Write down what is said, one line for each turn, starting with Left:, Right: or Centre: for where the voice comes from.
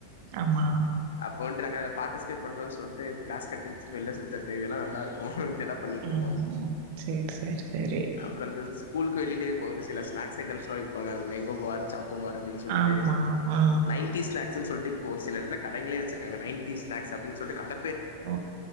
Right: ஆமா.
Left: அப்போ வன்ட்டு நாங்க அதில பார்டிஸ்பேட் பண்றோ சொல்லிட்டு கிளாஸ் கட்டு அடிச்சிட்டு வெளில சுத்துறது இதெல்லா நல்லாருக்கு இதெல்லா பண்ணிட்டு
Right: ம்.
Left: இருந்தோ
Right: சரி, சரி, சரி.
Left: அப்புறோ ஸ்கூலுக்கு வெளியிலே ஒரு சில ஸ்நாக்ஸ் ஐட்டம்ஸ்லா விப்பாங்க அந்த மேங்கோ பார் சாக் கபார் அப்டின்னு சொல்ட்டு
Right: ஆமா. ஆ.
Left: நைன்டி ஸ்நாக்ஸூ சொல்ட் ப்போ ஒருசில எடத்துல கடைங்கலே வச்சிருக்காங்க நைன்டிஸ் ஸ்நாக்ஸ் அப்டினு சொல்ட்டு கட
Right: ஓ